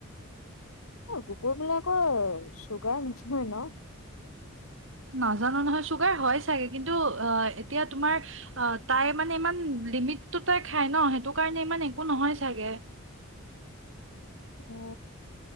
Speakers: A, on the left (about 90°); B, on the right (about 60°).
A: অ কুকুৰ বিলাকৰ চুগাৰ নহয় ন?
B: নাজানো নহয়। চুগাৰ হয় ছাগে কিন্তু অ এতিয়া তোমাৰ অ তাই মানে ইমান লিমিট টো তাই খ ন সেইটো কাৰণে ইমান একো নহয় ছাগে।
A: ও,